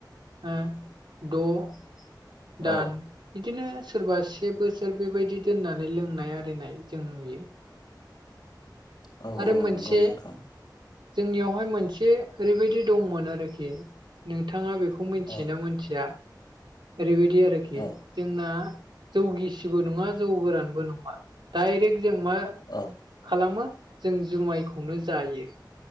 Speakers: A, on the right; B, on the left.
A: <unintelligible> दा
B: औ
A: बिदिनो सोरबा से बोसोर बेबायदि दोननानै लों नाय आरिनाय जों नुयो
B: औ
A: आरो
B: औ
A: मोनसे
B: नंगौ नोंथां
A: जोंनियावहाय मोनसे एसे ओरैबायदि दंमोन आरोखि नोंथाङा बेखौ मिथियोना
B: औ
A: मोनथिया ओरैबायदि आरोखि
B: औ
A: जोंना जौगिसिबो नङा जौ गोरानबो नङा दाइरेक्ट जों मा
B: औ
A: खालामो जों जुमायखौनो जायो